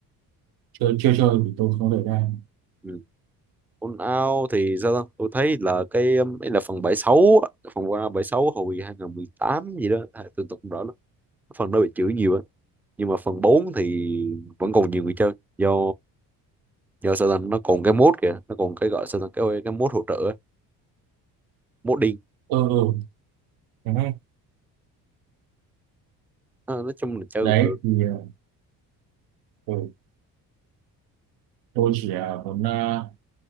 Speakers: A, on the right; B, in the centre.
A: chơi chưa chơi thì tôi không thể ra
B: ừ. Fallout thì sao ta? Tôi thấy là cái um, ấy là phần 76 á, phần Fallout bảy mươi sáu hồi 2018 gì đó, à, tôi tôi không rõ lắm. Phần đó bị chửi nhiều á. nhưng mà phần 4 thì vẫn còn nhiều người chơi do do Satan nó còn cái mode kìa nó còn cái gọi Satan cái cái mode hỗ trợ á, modding
A: ừ ừ nhà hát
B: Nó- nói chung là chơi
A: đấy
B: cũng được
A: thì ờ, ừ, tôi chỉ ờ, muốn ờ,